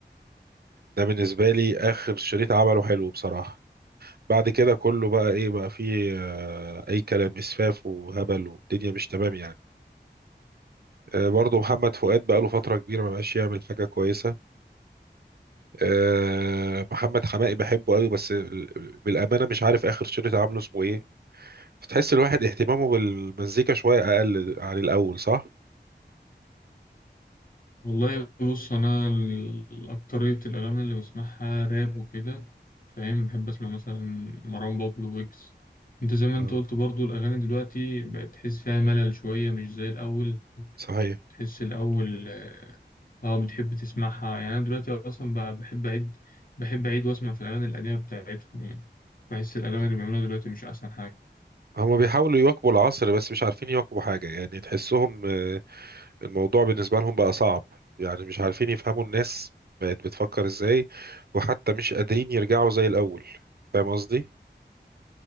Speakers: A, on the right; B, on the left.
A: ده بالنسبة لي اخر شريط عمله حلو بصراحة بعد كده كله بقى ايه بقى فيه آه، اي كلام اسفاف وهبل والدنيا مش تمام يعني آه، برضه محمد فؤاد بقى له فتره كبيره ما بقاش يعمل حاجه كويسه آه، محمد حماقي بحبه قوي بس ال- بالامانه مش عارف اخر شريط عامله اسمه ايه فتحس الواحد اهتمامه بالمزيكا شويه اقل عن الاول صح
B: والله بص أنا ال- أكترية الأغاني اللي بسمعها راب وكده فاهم بحب أسمع مثلا مروان بابلو ويجز أنت زي ما أنت
A: آه،
B: قلت برضو الأغاني دلوقتي بقت تحس فيها ملل شوية مش زي الأول
A: صحيح
B: تحس الأول اه آه، بتحب تسمعها يعني أنا دلوقتي أصلا بقى بحب أعيد بحب أعيد وأسمع في الأغاني القديمة بتاعتهم يعني بحس الأغاني اللي بيعملوها دلوقتي مش أحسن حاجة
A: هما بيحاولوا يواكبوا العصر بس مش عارفين يواكبوا حاجه يعني تحسهم آه، الموضوع بالنسبة لهم بقى صعب يعني مش عارفين يفهموا الناس بقت بتفكر ازاي وحتى مش قادرين يرجعوا زي الأول فاهم قصدي؟